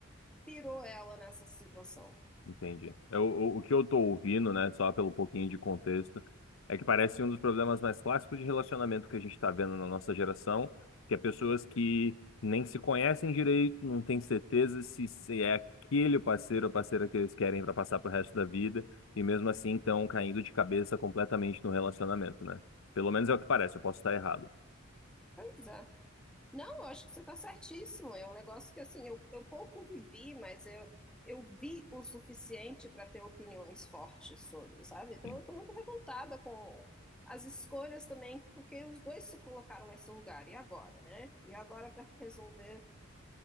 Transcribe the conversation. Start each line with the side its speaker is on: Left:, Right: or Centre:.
Centre: pirou ela nessa situação.
Left: Entendi. Eu, o, o que eu tô ouvindo, né, só pelo pouquinho de contexto, é que parece um dos problemas mais clássicos de relacionamento que a gente tá vendo na nossa geração, que é pessoas que nem se conhecem direito, não têm certeza se, se é aquele parceiro ou parceira que eles querem para passar pro resto da vida, e mesmo assim estão caindo de cabeça completamente no relacionamento, né? Pelo menos é o que parece, eu posso estar errado.
Centre: Pois é. Não, eu acho que você está certíssimo. É um negócio que, assim, eu, eu pouco vivi, mas eu, eu vi o suficiente para ter opiniões fortes sobre, sabe? Então
Left: Sim.
Centre: eu estou muito revoltada com, as escolhas também, porque os dois se colocaram nesse lugar. E agora, né? E agora para resolver